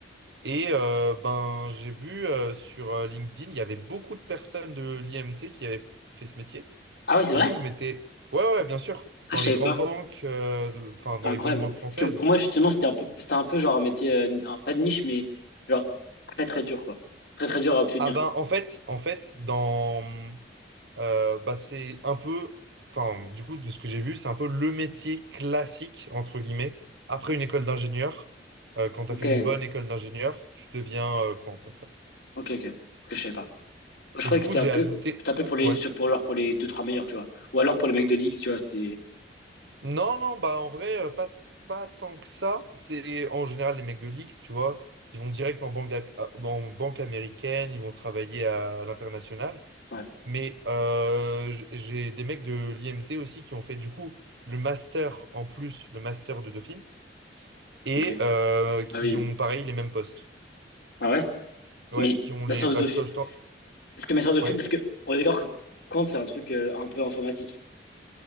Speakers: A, on the right; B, on the left.
A: Et euh, ben, j'ai vu euh, sur euh, LinkedIn, il y avait beaucoup de personnes de l'IMT qui avaient fait ce métier.
B: Ah ouais, c'est
A: Et
B: vrai?
A: du coup, je m'étais. Ouais, ouais, bien sûr.
B: Ah,
A: Dans
B: je
A: les
B: savais
A: grandes
B: pas.
A: banques, euh, de- enfin, dans
B: C'est incroyable.
A: les grandes banques françaises.
B: Parce que pour moi, justement, c'était un peu, c'était un peu genre un métier, euh, un- pas de niche, mais genre très très dur, quoi. Très très dur à obtenir.
A: Ah ben, en fait, en fait, dans. euh, bah, c'est un peu. Enfin, du coup, de ce que j'ai vu, c'est un peu le métier classique, entre guillemets. Après une école d'ingénieur, euh, quand tu
B: Ok,
A: as fait une bonne école d'ingénieur, tu deviens euh, compte après.
B: ok, ok. Ok, je savais pas. Je
A: Et
B: croyais
A: du coup,
B: que c'était
A: j'ai
B: un peu,
A: ajouté.
B: c'était un peu pour les,
A: ouais.
B: pour genre pour les deux, trois meilleurs, tu vois. Ou alors pour les mecs de l'X, tu vois, c'était,
A: Non, non, bah en vrai, euh, pas, pas tant que ça. C'est en général les mecs de l'X, tu vois, ils vont direct en banque, ap- à- en banque américaine, ils vont travailler à, à l'international.
B: ouais,
A: Mais euh, j- j'ai des mecs de l'IMT aussi qui ont fait du coup le master en plus, le master de Dauphine, et
B: ok.
A: euh, qui
B: Ah oui.
A: ont pareil les mêmes postes.
B: Ah ouais?
A: Ouais,
B: Mais
A: qui ont
B: ma
A: les.
B: sœur de
A: Bah,
B: Dauphine,
A: je t'en- je t'en-
B: parce que ma sœur de Dauphine,
A: ouais.
B: parce que on est d'accord que Kant, c'est un truc euh, un peu informatique.